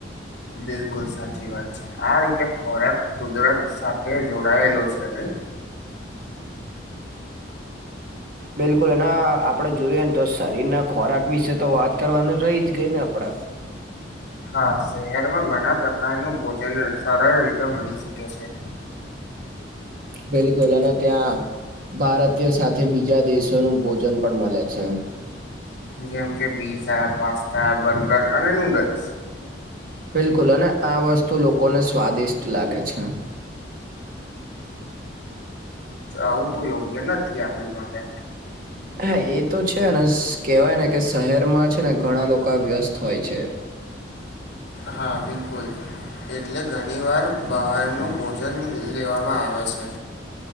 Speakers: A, on the left; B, on the right.
A: બિલકુલ સાચી વાત છે આ રીતે ખોરાક કુદરત. સાથે જોડાયેલો છે નયી
B: બિલકુલ અને આપડે જોઈએ ને તો શરીર ના ખોરાક વિશે તો વાત કરવાનું રહી જ ગઈ ને આપડ
A: હા શહેરમાં ઘણા પ્રકારનું ભોજન સરળ રીતે મળી શકે છે.
B: બિલકુલ અને ત્યાં ભારતીય સાથે બીજા દેશોનું ભોજન પણ મળે છે
A: જેમ કે પીઝા પાસ્તા બર્ગર અને નુડલ્સ
B: બિલકુલ અને આ વસ્તુ લોકોને સ્વાદિષ્ટ લાગે છે.
A: આવું બ યોગ્ય નથી આપડી માટે
B: હા એ તો છે ને કેવાય ને કે શહેરમાં છે ને ઘણા લોકો વ્યસ્ત હોય છે.
A: હા બિલકુલ એટલે ઘણી વાર બહારનું ભોજન લેવામાં આવે છે